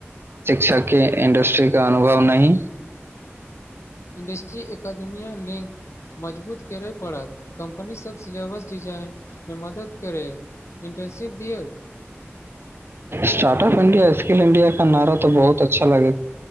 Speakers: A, on the right; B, on the left.
A: शिक्षा के इंडस्ट्री का अनुभव नहि
B: इंडस्ट्री एकादमिया लिंक मजबूत करय पड़त कम्पनीसभ सिलेबस डिजाइनमे मदद करैए इन्टर्नशिप दियौ
A: स्टार्टप इंडिया स्किल इंडिया का नारा तो बहुत अच्छा लागे